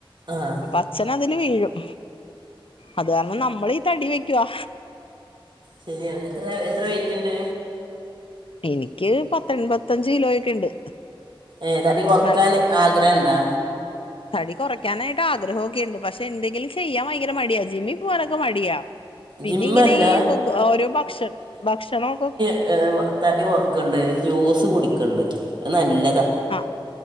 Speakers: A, on the right (about 55°); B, on the left (about 75°).
A: ആഹ്
B: അപ്പൊ അച്ഛൻ അതില് വീഴും അത് കാരണം നമ്മളീ തടി വെക്കുവാ
A: ശരിയാണ് എത്ര എത്ര വെയിറ്റ്ണ്ട്
B: എനിക്ക് പത്ത് എൻപത്തഞ്ച് കിലോയൊക്കെ ഉണ്ട്
A: ഏഹ് തടി കുറക്കാന്
B: ന
A: ആഗ്രഹം ഉണ്ടാ
B: തടി കുറയ്ക്കാനായിട്ട് ആഗ്രഹമൊക്കെയുണ്ട് പക്ഷെ എന്തെങ്കിലും ചെയ്യാൻ ഭയങ്കര മടിയാ ജിമ്മി പോവാനൊക്കെ മടിയാ പിന്നെ
A: ജിമ്മല്ല
B: ഇങ്ങനെ ഈ ഓരോ ഭക്ഷ ഭക്ഷണം ഒക്കെ
A: ഏഹ് തടി കൊറക്കണ്ട് ജ്യൂസ് കുടിക്കണ്ട് അത് നല്ലതാ
B: ആ